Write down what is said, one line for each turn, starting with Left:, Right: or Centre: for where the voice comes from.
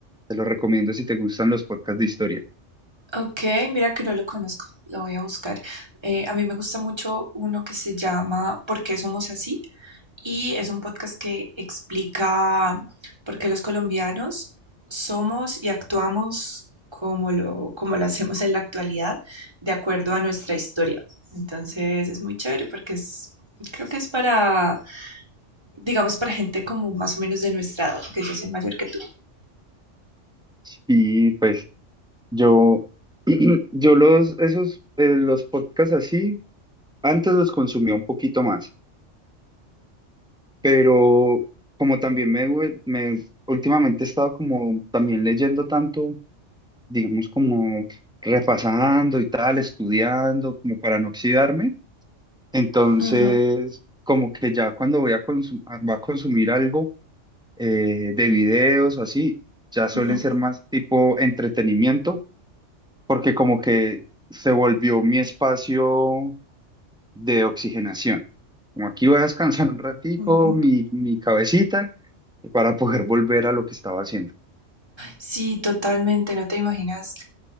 Centre: Te lo recomiendo si te gustan los podcasts de historia.
Right: Ok, mira que no lo conozco, lo voy a buscar. Eh, a mí me gusta mucho uno que se llama ¿Por qué somos así? Y es un podcast que explica por qué los colombianos somos y actuamos como lo, como lo hacemos en la actualidad, de acuerdo a nuestra historia. Entonces es muy chévere porque es, creo que es para, digamos, para gente como más o menos de nuestra edad, que yo soy mayor que tú.
Centre: Y pues yo, <clears throat> yo los, esos, eh, los podcasts así, antes los consumía un poquito más, pero como también me, vuel- me últimamente he estado como también leyendo tanto digamos, como repasando y tal, estudiando, como para no oxidarme. Entonces,
Right: Ujú,
Centre: como que ya cuando voy a, consum- a- va a consumir algo eh, de videos o así, ya suelen
Right: ujú,
Centre: ser más tipo entretenimiento, porque como que se volvió mi espacio de oxigenación. Como aquí voy a descansar un ratico,
Right: ujú.
Centre: mi, mi cabecita, para poder volver a lo que estaba haciendo.
Right: Sí, totalmente, no te imaginas